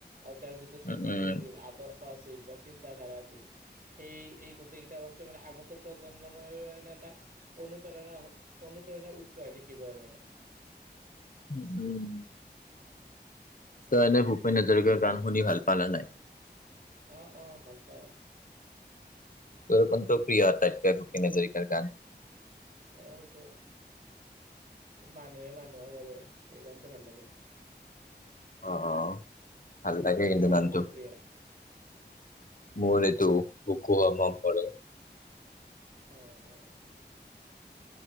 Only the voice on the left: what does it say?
উম উম
উ উম। তই এনে ভূপেন হাজৰিকাৰ গান শুনি ভাল পা না নাই।
তোৰ অন্ত প্ৰিয় আটাইতকৈ ভূপেন হাজৰিকাৰ গান।
অ' ভাল লাগে কিন্তু
গানটো।
মোৰ এটো বুকু হম হম কৰে।